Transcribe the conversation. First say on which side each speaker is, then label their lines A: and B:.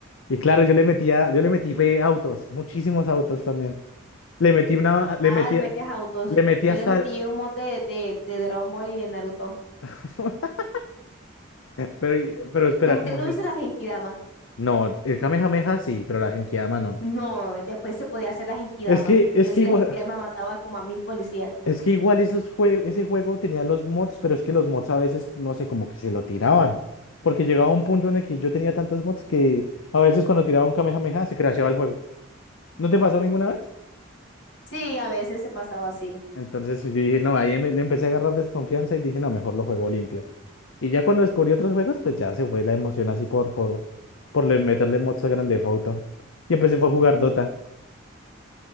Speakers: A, on the left; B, on the left.
A: Y claro, yo le metía, yo le metí fue autos, muchísimos autos también. Le metí una, le
B: Ah,
A: metí,
B: le metías autos.
A: le metí
B: Yo
A: hasta.
B: le metí un mod de, de, de Dragon Ball y de Naruto.
A: <laughs> Pero, y- pero espera,
B: ¿Usted
A: ¿cómo
B: no
A: se?
B: hizo las Genkidama?
A: No, el Kamehameha sí, pero la Genkidama no.
B: No, después se podía hacer las Genkidama.
A: Es que, es
B: Yo
A: que
B: sí
A: igual.
B: las Genkidama mataba como a mil policías.
A: Es que igual esos jue- ese juego tenía los mods, pero es que los mods a veces, no sé, como que se lo tiraban. Porque llegaba un punto en el que yo tenía tantos mods que a veces cuando tiraba un Kamehameha se crasheaba el juego. ¿No te pasó ninguna vez?
B: Sí, a veces se pasaba así.
A: Entonces yo dije, no, ahí me- le empecé a agarrar desconfianza y dije, no, mejor lo juego limpio. Y ya cuando descubrí otros juegos, pues ya se fue la emoción así por, por, por le- meterle mods a grande foto Y empecé fue a jugar Dota.